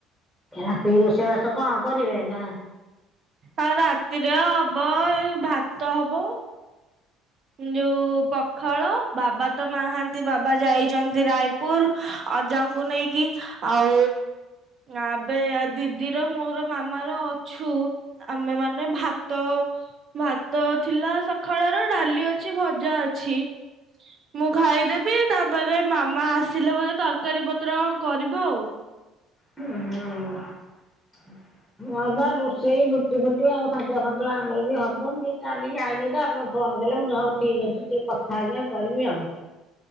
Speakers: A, in the centre; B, on the right.
A: ରାତି ରୋଷେଇବାସ କଣ କରିବେ ନା
B: ଆଉ ରାତିରେ ହବ, ଭାତ ହବ। ଯୋଉ ପଖାଳ ବାବା ତ ନାହାନ୍ତି ବାବା ଯାଇଛନ୍ତି ରାୟପୁର ଅଜାଙ୍କୁ ନେଇକି। ଆଉ ଏବେ ଦିଦିର ମୋର ମାମା ର ଅଛୁ। ଆମେ ମାନେ ଭାତ, ଭାତ ଥିଲା ସଖାଳର ଡାଲି ଅଛି, ଭଜା ଅଛି। ମୁଁ ଖାଇଦେବି ତାପରେ ମାମା ଆସିଲେ ବୋଧେ ତରକାରୀ ପତ୍ର କଣ କରିବ ଆଉ।
A: ହୁଁ ହୁଁ। <inaudible> ହଁ ବା ରୋଷେଇ ରୁଟି ଫୁଟି ଆଉ ସନ୍ତୁ ସନ୍ତୁଳା ଆମର ବି ହବନ ଟିକେ ଚାଲି ଯାଇନି ତ ଆପଣ ଫୋନ କଲେ ମୁଁ ହଉ ଠିକ ଅଛି ଟିକେ କଥା ହେଇଯାଏ କରିବି ଆଉ।